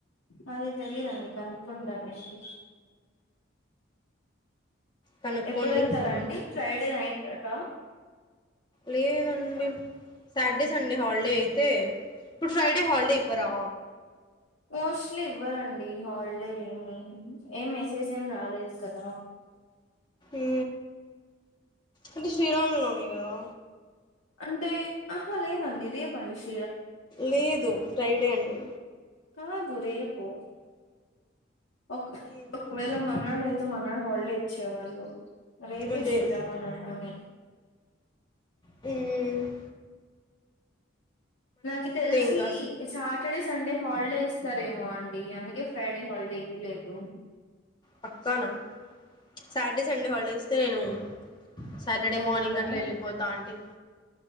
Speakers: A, on the left; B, on the left.
A: ఆది తెలిదండి కనుకుంటాలేండి
B: కనుక్కోండి
A: ఎప్పుడు వెళ్తారా
B: మళ్ళీ
A: అండి ఫ్రైడే నైటా
B: లేదండి సాటర్డే సండే హాలిడే యితే తే ఫ్రైడే హాలిడే ఇవ్వరా
A: ముస్లిం లేదండి హాలీడే ఏమి ఏం మెసేజ్ ఏమి రాలేదు కదా
B: ఏ అంటే శ్రీరాము నవమి కదా
A: అంటే ఆహా లేదండి రేపండి శ్రీ
B: లేదు ఫ్రైడే అండి
A: కాదు రేపు ఒక
B: ఏమో
A: ఒకవేళ
B: అండి
A: మన్నాడయితే మన మనకి హాలిడే ఇచ్చేవాళ్ళు రేపే
B: అదే
A: శ్రీ రామనవమి
B: మ్
A: నాకి తెలిసి
B: ఇంకా
A: సాటర్డే సన్ సండే హాలిడే ఇస్తారేమో అండి అందుకే ఫ్రైడే హాలిడే ఇ లేదు
B: పక్కానా సాటర్డే సండే హాలిడిస్తే నేను సాటర్డే
A: వెళ్ళిపోతారా
B: మార్నింగ్ అట్లా వెళ్ళిపోతా అండి